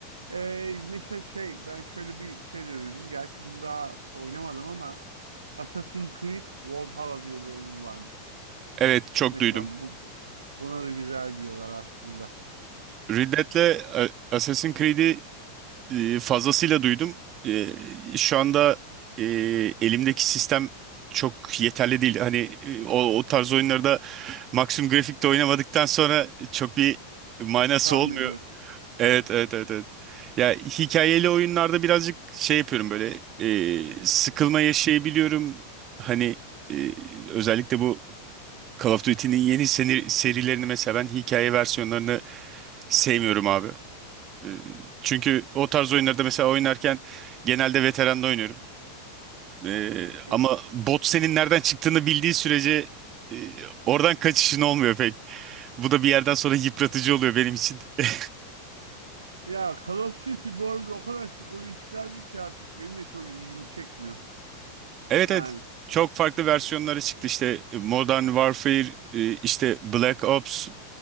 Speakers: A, on the right; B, on the right.
A: Ee, mesela şey ben şöyle bir şey de duydum. Gerçi bunu daha oynamadım ama Assassin's Creed Valhalla diye bir oyun varmış.
B: Evet çok
A: Mesela
B: duydum.
A: bu, bu- buna da güzel diyorlar aslında.
B: Ridlet'le e, Assassin's Creed'i e, fazlasıyla duydum. E, Şu anda e, elimdeki sistem çok yeterli değil. Hani e, o, o tarz oyunlarda maksimum grafikte oynamadıktan sonra çok bir manası
A: Sarmıyor
B: olmuyor.
A: diyorsun.
B: Evet evet evet evet. Ya hikayeli oyunlarda birazcık şey yapıyorum böyle e, sıkılma yaşayabiliyorum. Hani e, özellikle bu Call of Duty'nin yeni seni- serilerini mesela ben hikaye versiyonlarını sevmiyorum abi. Ee, Çünkü o tarz oyunlarda mesela oynarken genelde veteranla oynuyorum. Ee,
A: Evet.
B: ama bot senin nereden çıktığını bildiği sürece e, oradan kaçışın olmuyor pek. Bu da bir yerden sonra yıpratıcı oluyor benim için. <laughs>
A: Ya Call of Duty bu arada o kadar çok oyun çıkardı ki artık benim de çok ilgimi çekmiyor.
B: Evet
A: Yani
B: evet. Çok farklı versiyonları çıktı işte e, Modern Warfare, e, işte Black Ops